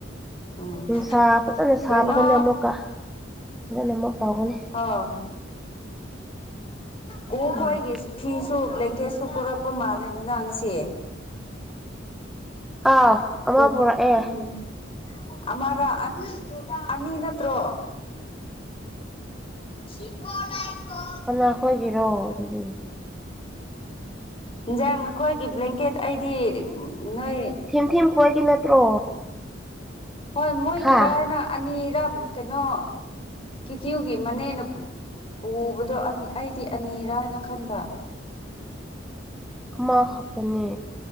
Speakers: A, on the left; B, in the centre.
A: ꯎꯝ
B: ꯅꯨꯡꯁꯥ ꯐꯖꯅ ꯁꯥꯕꯒꯅ
A: ꯀꯩꯅꯣ
B: ꯑꯃꯨꯛꯀ ꯐꯖꯅꯃꯨꯛ ꯇꯧꯒꯅꯤ
A: ꯑꯣ ꯀꯦ
B: ꯎꯝ
A: ꯈꯣꯏꯒꯤꯁ ꯐꯤꯁꯨ ꯕ꯭ꯂꯦꯡꯀꯦꯠꯁꯨ ꯄꯨꯔꯛꯄ ꯃꯥꯜꯂꯤꯗꯅ ꯉꯁꯤ
B: ꯑꯥꯎ ꯑꯃ
A: ꯄꯨꯛ
B: ꯄꯨꯔꯛꯑꯦ
A: ꯑꯧ ꯑꯃꯔꯥ ꯑꯅꯤ ꯅꯠꯇ꯭ꯔꯣ ꯁꯤꯕꯣ ꯂꯥꯏꯀꯣ
B: ꯀꯅꯥꯈꯣꯏꯒꯤꯔꯣ ꯑꯗꯨꯗꯤ
A: ꯏꯟꯖꯥꯡ ꯃꯈꯣꯏꯒꯤ ꯕ꯭ꯂꯦꯡꯀꯦꯠ ꯑꯩꯗꯤ ꯅꯣꯏ
B: ꯊꯦꯝꯈꯣꯏꯒꯤ ꯅꯠꯇ꯭ꯔꯣ
A: ꯍꯣꯏ ꯃꯣꯏꯒꯤꯔ
B: ꯍꯥ
A: ꯍꯥꯏꯅ ꯑꯅꯤꯔꯝ ꯀꯩꯅꯣ ꯀꯤꯀꯤꯌꯨꯒꯤ ꯃꯅꯦꯅ ꯄꯨ ꯄꯨꯕꯗꯣ ꯑꯅꯤ ꯑꯩꯗꯤ ꯑꯅꯤꯔꯥ ꯍꯥꯏꯅ ꯈꯟꯕ
B: ꯑꯃꯈꯛꯇꯅꯦ